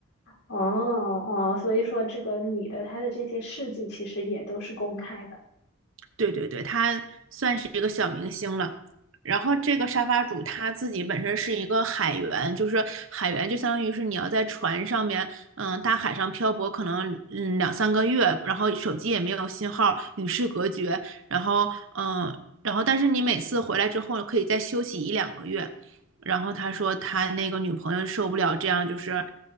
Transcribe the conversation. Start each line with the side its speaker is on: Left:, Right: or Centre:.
Left: 哦哦，所以说这个女的她的这些事迹其实也都是公开的。
Right: 对对对，他算是一个小明星了。然后这个沙发主他自己本身是一个海员，就是海员就相当于是你要在船上面，嗯，大海上漂泊，可能嗯两三个月，然后手机也没有信号，与世隔绝，然后嗯，然后但是你每次回来之后可以再休息一两个月。然后他说他那个女朋友受不了这样，就是